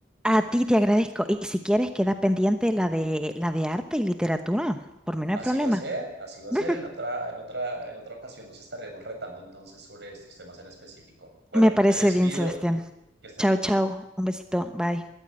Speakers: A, in the centre; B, on the right.
A: A ti te agradezco. Y si quieres, queda pendiente la de la de arte y literatura. Por mí no
B: Así
A: hay problema.
B: va a ser, así va a
A: <laughs>
B: ser. En otra, en otra, en otra ocasión nos estaremos retando entonces sobre estos temas en específico. Bueno,
A: Me parece
B: me despido.
A: bien, Sebastián.
B: Que estés
A: Chao,
B: muy
A: chao.
B: bien.
A: Un besito. Bye.